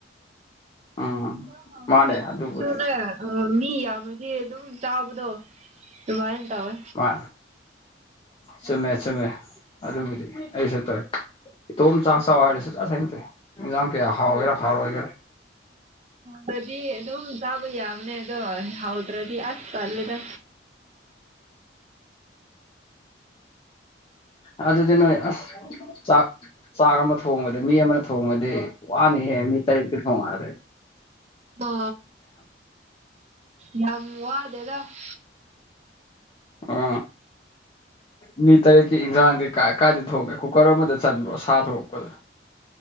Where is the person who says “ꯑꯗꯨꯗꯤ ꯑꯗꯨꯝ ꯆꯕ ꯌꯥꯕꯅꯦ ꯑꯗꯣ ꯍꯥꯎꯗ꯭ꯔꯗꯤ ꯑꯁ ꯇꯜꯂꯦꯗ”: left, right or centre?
Right